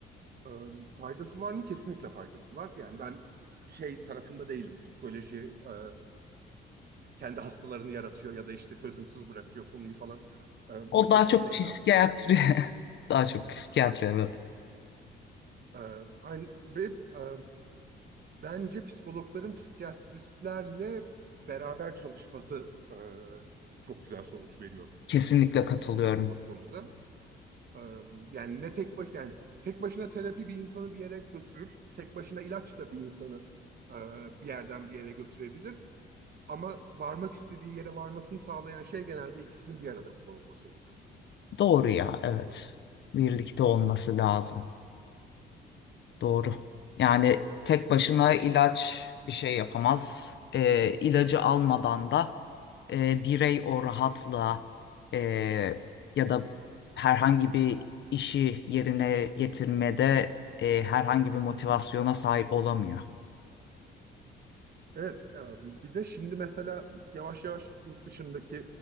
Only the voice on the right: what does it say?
Ee, faydası var mı? Kesinlikle faydası var. Yani ben şey tarafında değilim. Psikoloji e, kendi hastalarını yaratıyor ya da işte çözümsüz bırakıyor konuyu falan. E,
buna kesinlikle
inanmıyorum.
E, aynı, ve e, bence psikologların psikiyatristlerle beraber çalışması e, çok güzel sonuç veriyor
birçok konuda. E, yani ne tek baş yani tek başına terapi bir insanı bir yere götürür. Tek başına ilaç da bir insanı e, bir yerden bir yere götürebilir. Ama varmak istediği yere varmasını sağlayan şey genelde ikisinin bir arada kullanılması oluyor.
Evet, e, bir de şimdi mesela yavaş yavaş yurt dışındaki